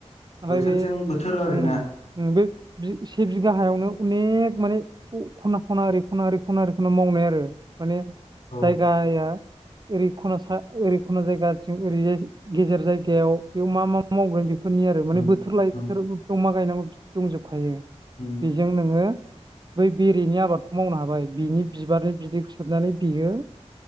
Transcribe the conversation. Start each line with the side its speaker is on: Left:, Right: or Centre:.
Right: ओमफ्राय
Left: बोथोरजों
Right: बे बे
Left: बोथोर आरोना
Right: उम उम बै बि से बिघा हायावनो अनेक माने ख-खना खना ओरै खना ओरै खना ओरै खना मावनाय आरो। माने
Left: औ
Right: जायगाया ओरै ख'ना सा ओरै ख'ना जायगाथिं ओरैजाय गेजेर जायगायाव बेयाव मा मा मावगोन बेखौ बफोरनि आरो माने
Left: उम,
Right: बोथोर लायै
Left: उम,
Right: बोथोर द मा गायनांगौ दंजोबखायो।
Left: उम,
Right: बेजों नोङो बै बेरिनि आबादखौ मावनो हाबाय बिनि बिबारनि बिदैखौ सोबनानै बियो